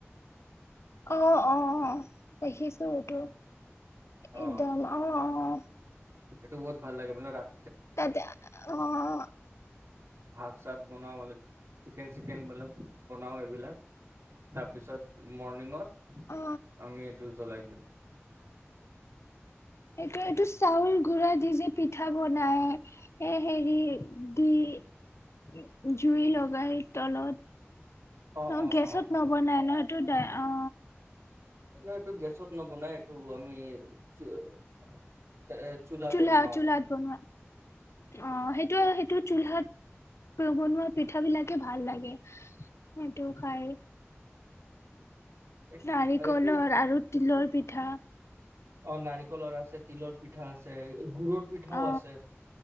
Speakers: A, on the left (about 70°); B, on the right (about 70°).
A: অ' অ' দেখিছোঁ এইটো।
B: অ
A: একদম অ' অ'
B: এইটো বহুত ভাল লাগে। মানে ৰাত
A: ততে- অ'-
B: ভাত চাত বনাওঁ মালিক চিকেন চিকেন মত্‌লব বনাওঁ এইবিলাক। তাৰপিছত মৰ্ণিঙত।
A: অ
B: আমি এইটো জ্বলাই দিওঁ।
A: সেইটোয়েটো চাউল গুৰা দি যে পিঠা বনাই। এ' হেৰি- দি- জুই লগাই তলত
B: অ',
A: ন
B: অ',
A: গেছত
B: অ',
A: নবনাই ন সেইটো দে অ
B: আপোনাৰ এইটো গেছত নবনাই এইটো আমি চু এ চোলাতে
A: চোলা
B: বন অ।
A: চোলাত বনোৱা অ সেইটো সেইটো চুলহাত বনোৱা পিঠা বিলাকে ভাল লাগে সেইটো খাই।
B: এইটো
A: নাৰিকলৰ
B: এইটো
A: আৰু তিলৰ পিঠা।
B: অ নাৰিকলৰ আছে তিলৰ পিঠা আছে। গুৰৰ পিঠাও
A: অ,
B: আছে